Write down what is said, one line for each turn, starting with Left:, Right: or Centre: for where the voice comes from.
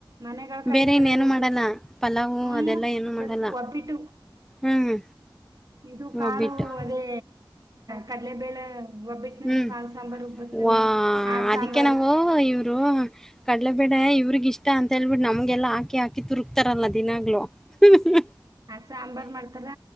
Right: ಮನೆಗಳ ಕರಿತಾರೆನ್
Centre: ಬೇರೆ ಇನ್ನೇನು
Right: ಊಟಕ್ಕ
Centre: ಮಾಡಲ್ಲ ಪಲಾವು
Right: ಹ್ಮ್
Centre: ಅದೆಲ್ಲ ಏನು
Right: ಬರ್
Centre: ಮಾಡಲ್ಲ
Right: ಒಬ್ಬಿಟ್ಟು.
Centre: ಹ್ಮ್
Right: ಇದು ಕಾಳು
Centre: ಒಬ್ಬಿಟ್ಟು
Right: ಅದೇ ಕಡ್ಲೆಬೇಳೆ ಒಬ್ಬಿಟ್ಟನಿಂದು
Centre: ಹ್ಮ್
Right: ಕಾಳು ಸಾಂಬಾರು. ಬಸ್ನದು
Centre: ವಾ
Right: ಆ ಸಾಂಬಾರು
Centre: ಅದಕೆನ್ ವೋ ಇವ್ ದೊ ಕಡ್ಲೆಬೇಳೆ ಇವ್ರಿಗೆ ಇಷ್ಟ ಅಂತ ಹೇಳ್ಬಿಟ್ಟು ನಮ್ಗೆಲ್ಲಾ ಹಾಕಿ ಹಾಕಿ ತುರುಕ್ತಾರಲ್ಲ ದಿನಾಗ್ಲು. ಹ್ಮ <unintelligible>
Right: ಆ ಸಾಂಬಾರ್ ಮಾಡ್ತಾರ